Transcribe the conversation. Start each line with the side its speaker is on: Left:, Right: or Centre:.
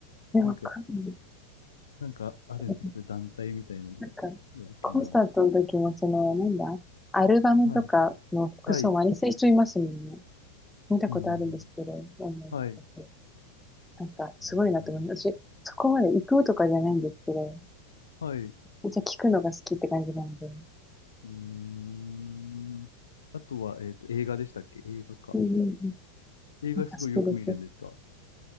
Centre: でもわかんない
Left: なんか、なんかあるんですよ。
Centre: けど、
Left: そういう団体みたいなのが。
Centre: なんか、
Left: なんだっけな。
Centre: コンサートの時も、その、なんだ、アルバムとかの服装真似する人いますもんね。
Left: はい。はい。
Centre: 見たことあるんですけど、
Left: うん。
Centre: オンラインとかで
Left: はい。
Centre: なんか、すごいなと思います。
Left: うん。
Centre: 私、そこまで行くとかじゃないんですけど、
Left: はい。う
Centre: めっちゃ聞くのが好きって感じなんで。
Left: ーん。あとは、えっと、映画でしたっけ映画か。
Centre: うんうんうん。
Left: 映画すごいよく見るんですかう
Centre: なんか好きです。